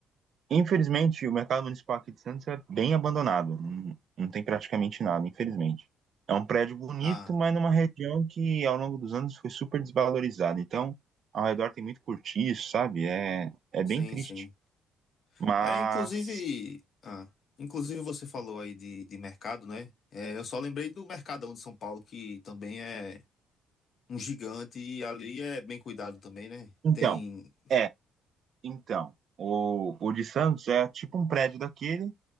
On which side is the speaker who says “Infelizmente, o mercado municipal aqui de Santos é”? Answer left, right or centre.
Right